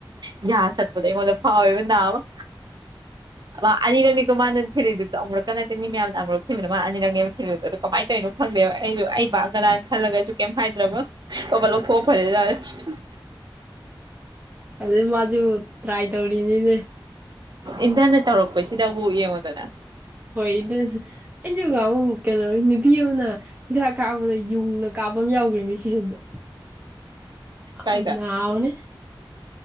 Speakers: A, on the right; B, on the right.
A: ꯌꯥ ꯁꯠꯄꯗꯣ ꯑꯩꯉꯣꯟꯗ ꯐꯥꯎꯋꯦꯕ ꯅꯥꯕ ꯃꯥ ꯑꯅꯤꯔꯛꯅꯤꯀꯣ ꯃꯥꯅ ꯊꯤꯂꯤꯗꯨꯁꯨ ꯑꯃꯨꯔꯛꯀ ꯅꯠꯇꯦ ꯃꯤ ꯃꯌꯥꯝꯅ ꯑꯃꯨꯨꯔꯛ ꯊꯤꯕꯗ ꯃꯥꯅ ꯑꯅꯤꯔꯛꯅꯦꯕ ꯊꯤꯂꯤꯗꯣ ꯑꯗꯨꯣ ꯀꯃꯥꯏꯅ ꯇꯧꯔꯤꯅꯣ ꯈꯪꯗꯦꯕ ꯑꯩꯁꯨꯣ ꯑꯩ ꯕꯥꯞꯗꯔꯥꯅ ꯈꯜꯂꯒ ꯑꯩꯁꯨ ꯀꯩꯝ ꯍꯥꯏꯗ꯭ꯔꯕ ꯕꯕꯠ ꯂꯧꯊꯣꯛꯑ ꯐꯔꯦꯖꯥꯠꯂ
B: ꯑꯗꯨ ꯃꯥꯁꯨ ꯇ꯭ꯔꯥꯏ ꯇꯧꯔꯤꯅꯤꯅꯦ
A: ꯏꯟꯇꯔꯅꯦꯠ ꯇꯧꯔꯛꯄꯁꯤꯗꯕꯨ ꯌꯦꯡꯉꯨꯗꯅ
B: ꯍꯣꯏ ꯏꯗ ꯑꯩꯁꯨ ꯀꯩꯅꯣ ꯅꯨꯄꯤ ꯑꯃꯅ ꯍꯤꯗꯥꯛ ꯀꯥꯞꯕꯗ ꯌꯨꯡꯅ ꯀꯥꯞꯄ ꯑꯃ ꯌꯥꯎꯈ꯭ꯔꯦ ꯃꯤ ꯁꯤꯟꯗ
A: ꯀꯥꯏꯗ
B: ꯎꯅꯦ ꯑꯣꯈꯣꯏ